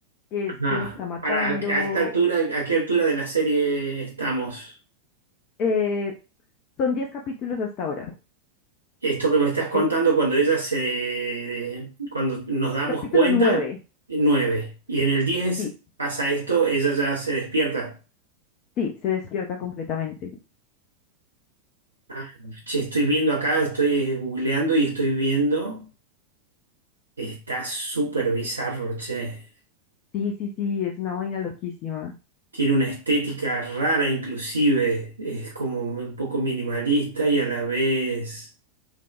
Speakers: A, on the left; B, on the right.
A: que es
B: Ah,
A: quien está matando.
B: para, a, a esta altura, ¿a qué altura de la serie estamos?
A: Eh, son diez capítulos hasta ahora.
B: Esto que me estás contando
A: Es
B: cuando ella se, cuando nos damos
A: capítulo
B: cuenta,
A: 9.
B: nueve. Y en el diez
A: sí,
B: pasa esto, ella ya se despierta.
A: sí, se despierta completamente.
B: Ah, che, estoy viendo acá, estoy googleando y estoy viendo. Está súper bizarro, che.
A: Sí, sí, sí, es una vaina loquísima.
B: Tiene una estética rara inclusive. Es como un poco minimalista y a la vez